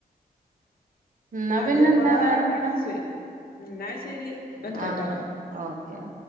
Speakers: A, on the right; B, on the left.
A: എന്നാ
B: അത്
A: പിന്നെന്താ
B: ഒരുപാട്
A: വേറെന്താ
B: അടിച്ച് ന്നാ ശരി വെക്കട്ടെ.
A: ആഹ് ഓക്കെ ഓ